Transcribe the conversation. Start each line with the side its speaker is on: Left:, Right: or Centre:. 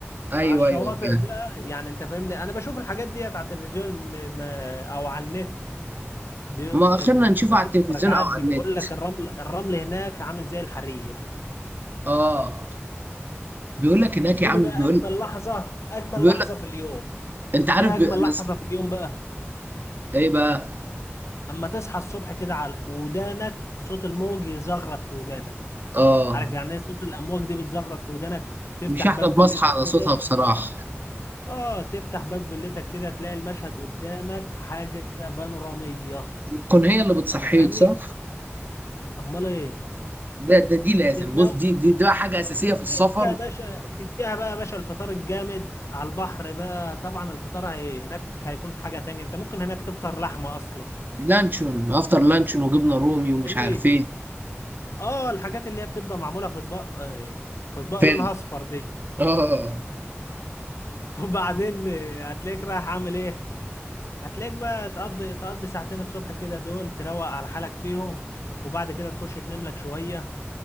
Right: ايوه
Left: على الشواطئ
Right: ايوه فاهم
Left: بقى يعني انت فاهمني انا بشوف الحاجات ديت على التلفزيون ما- او على النت بي...
Right: ما اخرنا
Left: ال...
Right: نشوفه
Left: بشوف
Right: على التلفزيون
Left: مراجعات
Right: او على
Left: بيقول
Right: النت
Left: لك الرمل الرمل هناك عامل زي الحرير
Right: اه بيقول لك هناك
Left: اديني
Right: يا عم
Left: بقى
Right: بيقول
Left: اجمل لحظه اجمل
Right: بيقول
Left: لحظه
Right: لك
Left: في اليوم
Right: انت عارف
Left: ايه
Right: بي...
Left: اجمل
Right: انا
Left: لحظه
Right: س-
Left: في اليوم بقى
Right: ايه بقى
Left: اما تصحى الصبح كده على ودانك صوت الموج يزغرط في ودانك
Right: اه
Left: عارف يعني ايه صوت الامواج دي بتزغرط في ودانك تفتح
Right: مش احلى
Left: باب فيلتك
Right: ما اصحى على
Left: كده
Right: صوتها بصراحه
Left: اه تفتح باب فيلتك كده تلاقي المشهد قدامك حاجه بانوراميه
Right: تكون هي اللي بتصحيك
Left: تفهمني
Right: صح
Left: امال ايه
Right: ده ده دي لازم
Left: تتنو
Right: بص دي دي, دي بقى حاجه اساسيه
Left: تديها
Right: في السفر
Left: يا باشا تديها بقى يا باشا الفطار الجامد على البحر بقى طبعا الفطار هي... هناك هيكون حاجه تانية انت ممكن هناك تفطر لحمه اصلا
Right: لانشون افطر لانشون وجبنه رومي ومش
Left: فاهمني
Right: عارف ايه
Left: اه الحاجات اللي هي بتبقى معموله في اطباق آه، في اطباق
Right: فل
Left: لونها اصفر دي
Right: اه
Left: وبعدين آه، هتلاقيك رايح عامل ايه هتلاقيك بقى تقضي تقضي ساعتين الصبح كده دول تروق على حالك فيهم وبعد كده تخش تنام لك شوية